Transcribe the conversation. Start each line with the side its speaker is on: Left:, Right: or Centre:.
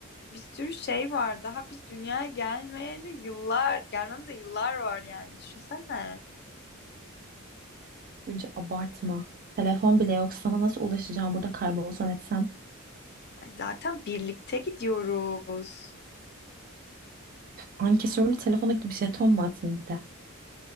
Left: bir sürü şey var. Daha biz dünyaya gelmeyeli yıllar, gelmemize yıllar var yani. Düşünsene.
Right: Gülce abartma. Telefon bile yok. Sana nasıl ulaşacağım burada kaybolsan etsen?
Left: Ay zaten birlikte gidiyoruz.
Right: Ankesörlü telefona bir jeton mu atayım bir de?